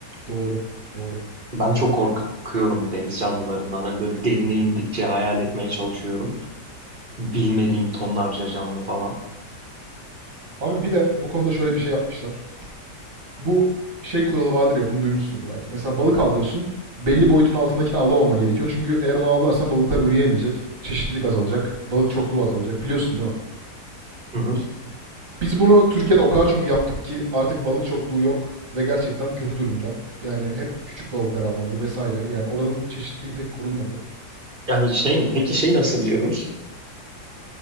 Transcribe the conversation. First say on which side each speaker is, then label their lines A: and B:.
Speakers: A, on the right; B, on the right.
A: Doğru. Doğru.
B: Ben çok korkuyorum deniz canlılarından. Hani böyle derine indikçe hayal etmeye çalışıyorum. Bilmediğim tonlarca canlı falan.
A: Abi bir de bu konuda şöyle bir şey yapmışlar. bu şey kuralı vardır ya bunu duymuşsundur belki. Mesela balık avlıyorsun. Belli boyutun altındakini avlamaman gerekiyor. Çünkü eğer onu avlarsan balıklar üreyemeyecek. Çeşitlilik azalacak. Balık çokluğu azalacak. Biliyorsun değil mi?
B: Hı hı.
A: Biz bunu Türkiye'de o kadar çok yaptık ki artık balık çokluğu yok ve gerçekten kötü durumda. Yani hep küçük balıklar avlandı vesaire. Yani oranın çeşitliliği pek korunmadı.
B: Yani şey mi? Peki şey nasıl biliyoruz?